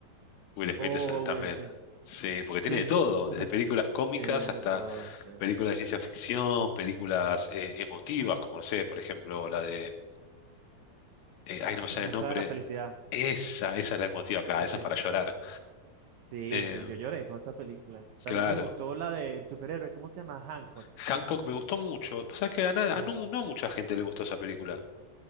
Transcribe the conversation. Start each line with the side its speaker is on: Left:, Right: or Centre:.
Left: Will Smith
Right: Oh,
Left: es- eh, también.
Right: Will Smith.
Left: Sí, porque
Right: Sí,
Left: tiene de todo,
Right: <laughs>
Left: desde películas cómicas
Right: tiene
Left: hasta
Right: todo, sí.
Left: películas de ciencia ficción, películas eh, emotivas, como no sé, por ejemplo, la de. eh, ay, no me sale
Right: En busca
Left: el nombre.
Right: de la felicidad.
Left: Esa, esa es la emotiva, claro,
Right: Sí,
Left: esa
Right: sí.
Left: es para llorar.
Right: Sí,
Left: Eh,
Right: sí, yo lloré con esa película. También
Left: claro.
Right: me gustó la del superhéroe, ¿cómo se llama? Hancock.
Left: Hancock
Right: Hancock.
Left: me gustó mucho. Pues sabes que a, nada-
Right: Sí.
Left: a no, no a mucha gente le gustó esa película.